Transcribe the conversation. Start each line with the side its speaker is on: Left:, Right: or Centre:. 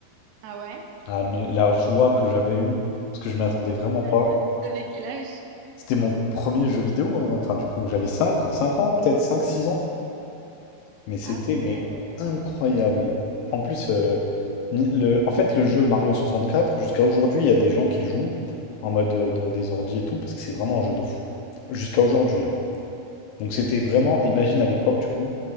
Right: Ah ouais?
Left: Ah, mais la joie que j'avais eue, parce que je m'y attendais vraiment
Right: Sérieux?
Left: pas.
Right: Avec quel âge?
Left: C'était mon premier jeu vidéo, hein. Enfin, du coup, j'avais 5 5 ans, peut-être cinq six ans. Mais c'était
Right: Ah ouais,
Left: mais incroyable. En plus, euh, ni- le, en fait, le jeu Mario 64, jusqu'à aujourd'hui, il y a des gens qui jouent en mode euh, dans des ordi et tout, parce que c'est vraiment un jeu de fou. Jusqu'à aujourd'hui, hein. Donc c'était vraiment, imagine à l'époque, du coup,